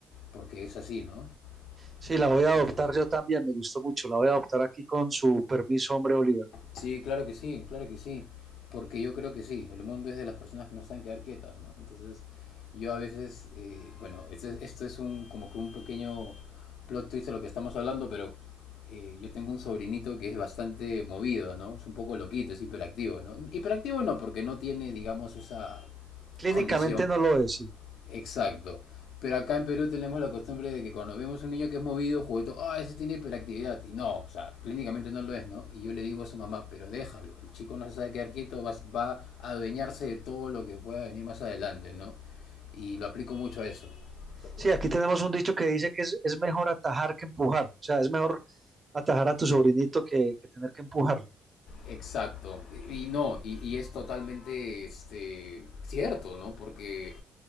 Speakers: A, on the left; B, on the right.
A: porque es así, ¿no? O
B: Sí, la voy
A: sea, yo
B: a
A: pienso
B: adoptar
A: que sí.
B: yo también, me gustó mucho, la voy a adoptar aquí con su permiso, hombre Oliver.
A: Sí, claro que sí, claro que sí, porque yo creo que sí, el mundo es de las personas que no están quedar quietas, ¿no? Entonces, yo a veces, eh, bueno, esto es, esto es un, como que un pequeño plot twist de lo que estamos hablando, pero eh, yo tengo un sobrinito que es bastante movido, ¿no? Es un poco loquito, es hiperactivo, ¿no? Hiperactivo no, porque no tiene, digamos, esa
B: Clínicamente
A: condición,
B: no lo es, sí.
A: Exacto. Pero acá en Perú tenemos la costumbre de que cuando vemos un niño que es movido, juguetón, ah, ese tiene hiperactividad. Y no, o sea, clínicamente no lo es, ¿no? Y yo le digo a su mamá, pero déjalo, el chico no se sabe quedar quieto, va, va a adueñarse de todo lo que pueda venir más adelante, ¿no? Y lo aplico mucho a eso. Tal cual.
B: Sí, aquí tenemos un dicho que dice que es, es mejor atajar que empujar, o sea, es mejor atajar a tu sobrinito que, que tener que empujarlo.
A: Exacto. Y, y no, y, y es totalmente este, cierto, ¿no? Porque